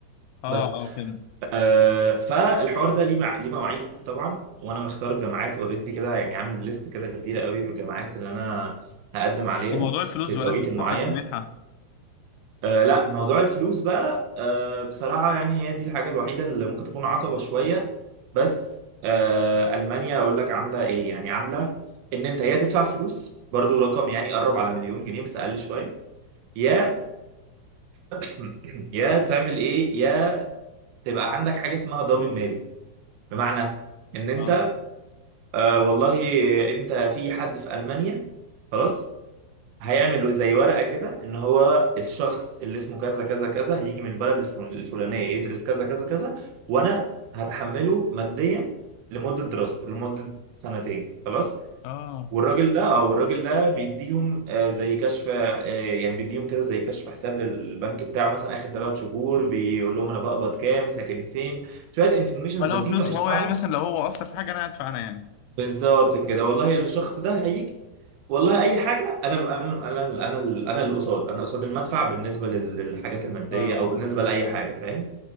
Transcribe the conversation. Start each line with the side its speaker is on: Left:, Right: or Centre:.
Left: اه
Right: بس
Left: اه فهمت
Right: آه، فالحوار ده ليه مع... ليه مواعيد طبعا وانا مختار جامعات اوريدي كده يعني عامل ليست كده كبيره قوي بالجامعات اللي انا هقدم عليها
Left: طب موضوع الفلوس
Right: في التوقيت
Left: ولا انت بتفكر
Right: المعين
Left: في منحه؟
Right: آه لا موضوع الفلوس بقى آه بصراحه يعني هي دي الحاجه الوحيده اللي ممكن تكون عقبه شويه بس آه المانيا اقول لك عامله ايه يعني عامله ان انت يا تدفع فلوس برضو رقم يعني قرب على مليون جنيه بس اقل شويه يا <clears throat> يا تعمل ايه يا تبقى عندك حاجه اسمها ضامن مالي بمعنى ان انت
Left: اه
Right: آه والله انت في حد في المانيا خلاص هيعمل زي ورقه كده ان هو الشخص اللي اسمه كذا كذا كذا هيجي من البلد الفل- الفلانيه يدرس كذا كذا كذا وانا هتحمله ماديا لمده دراسته لمده سنتين خلاص
Left: اه
Right: والراجل ده او الراجل ده بيديهم آه زي كشف آه يعني بيديهم كده زي كشف حساب للبنك بتاعه مثلا اخر ثلاث شهور بيقول لهم انا بقبض كام ساكن فين شويه انفورميشنز
Left: لو
Right: بسيطه
Left: فلوسي
Right: مش
Left: هو
Right: صعبه
Left: يعني مثلا لو هو اثر في حاجه انا هدفع انا يعني
Right: بالظبط كده والله الشخص ده هيجي والله اي حاجه انا انا انا انا انا اللي قصاد انا قصاد المدفع بالنسبه لل- للحاجات الماديه
Left: اه
Right: او
Left: اه
Right: بالنسبه لاي حاجه فاهم